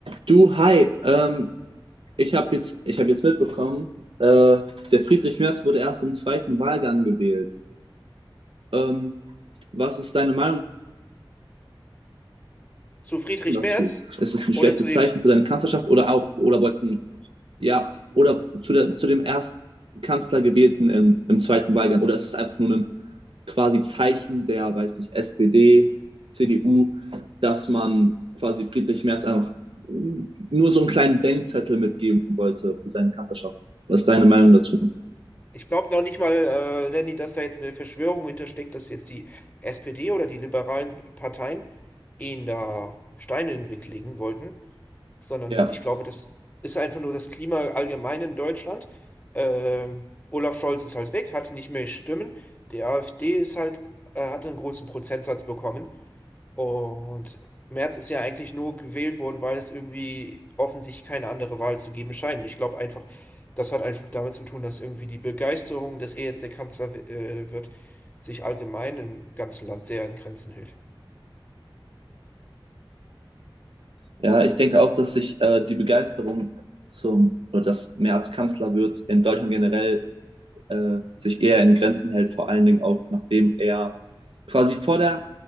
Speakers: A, on the right; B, on the left.
A: Du, hi, ähm, ich habe jetzt, ich hab jetzt mitbekommen, äh, der Friedrich Merz wurde erst im zweiten Wahlgang gewählt. Ähm, was ist deine Meinung
B: zu Friedrich
A: dazu?
B: Merz
A: Ist es ein
B: oder
A: schlechtes
B: zu dem,
A: Zeichen für deine Kanzlerschaft oder auch, oder wollten ja, oder zu, der, zu dem ersten Kanzler gewählten im, im zweiten Wahlgang. Oder ist es einfach nur ein quasi Zeichen der, weiß nicht, SPD, CDU, dass man quasi Friedrich Merz einfach nur so einen kleinen Denkzettel mitgeben wollte für seine Kanzlerschaft? Was ist deine Meinung dazu?
B: ich glaube noch nicht mal, äh, Lenny, dass da jetzt eine Verschwörung hintersteckt, dass jetzt die SPD oder die liberalen Parteien ihn da Steine in den Weg legen wollten, sondern
A: Ja,
B: ich glaube, das ist einfach nur das Klima allgemein in Deutschland. Ähm, Olaf Scholz ist halt weg, hatte nicht mehr Stimmen. Die AfD ist halt, äh, hat einen großen Prozentsatz bekommen. Und Merz ist ja eigentlich nur gewählt worden, weil es irgendwie offensichtlich keine andere Wahl zu geben scheint. Ich glaube einfach, das hat einfach damit zu tun, dass irgendwie die Begeisterung, dass er jetzt der Kanzler äh, wird, sich allgemein im ganzen Land sehr in Grenzen hält.
A: ja ich denke auch, dass sich äh, die Begeisterung zum, oder dass Merz Kanzler wird, in Deutschland generell äh, sich eher in Grenzen hält, vor allen Dingen auch nachdem er quasi vor der,